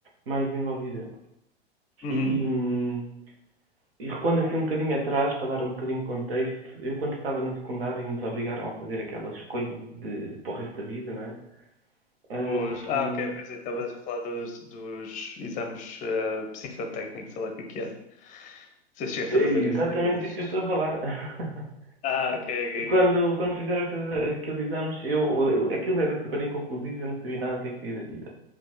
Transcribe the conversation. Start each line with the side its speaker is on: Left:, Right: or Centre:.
Right: mais desenvolvida.
Left: Uhum.
Right: E. hum, E recuando assim um bocadinho atrás, para dar um bocadinho de contexto, eu quando estava no secundário e nos obrigaram a fazer aquela escolha de, para o resto da vida, não é? Ahm,
Left: Os... Ah, ok, pensei que estavas a falar dos, dos exames eh, psicotécnicos, sei lá o que é que é. Se chegaste
Right: é
Left: a fazer isso,
Right: exatamente
Left: aqueles.
Right: isso que eu estou a falar. <laughs>
Left: Ah, ok, ok.
Right: Quando, quando fizeram aqueles, aqueles exames, eu, eu- aquilo era super inconclusivo, eu não sabia nada do que é queria da vida.